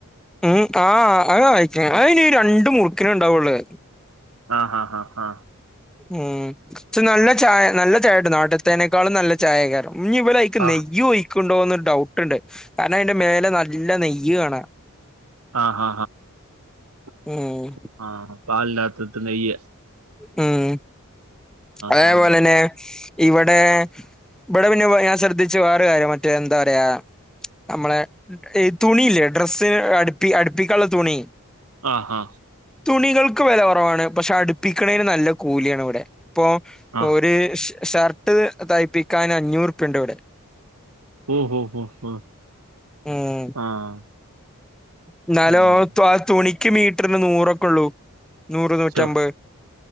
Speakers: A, in the centre; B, on the right.
A: ഉം ആഹ് അഹ് വായിക്ക അഇനി രണ്ടു മുറുക്കിന ഇണ്ടാവുള്ളു
B: ആഹ് <unintelligible>
A: ഉം പക്ഷെ നല്ല ചായ നല്ല ചായട്ടു നാട്ടത്തേനേക്കാളും നല്ല ചായ കയറും ഇ ഇവ എക്ക്
B: ആ
A: നെയ്യ് ഒഴിക്കണ്ടോന്ന് ഡൗട്ടുണ്ട് കാരണം അതിന്റെ മേലെ നല്ല നെയ്യ് കാണാ
B: ആഹ് <unintelligible>
A: ഉം
B: ആഹ് പാലിൻ്റാത്ത്ത്തെ നെയ്
A: ഉം അതേപോലെ
B: ഹാ
A: തന്നെ ഇവിടെ ഇവിടെ പിന്നെ ഞാൻ ശ്രദ്ധിച്ച വേറെ കാര്യം മറ്റേ എന്താ പറയാ നമ്മളെ തുണിയില്ലേ ഡ്രസ്സിന് അടുപ്പി അടുപ്പിക്കാനുള്ള തുണി
B: ആഹാ
A: തുണികൾക്ക് വില കുറവാണ് പക്ഷെ അടുപ്പിക്കണേന് നല്ല കൂലിയാണ് ഇവിടെ ഇപ്പൊ
B: ഹാ ആ
A: ഒരു ഷർട്ട് തയ്പിക്കാൻ അഞ്ഞൂറിപ്യുണ്ട് ഇവിടെ
B: ഓ ഓ ഹ ഹ ഹ
A: ഉം
B: ആഹ്
A: എന്നാലോ
B: ഉം.
A: തുണിക്ക് മീറ്ററിന് നൂറൊക്കെ ഉള്ളൂ നൂറ് നൂറ്റമ്പത്
B: ശോ.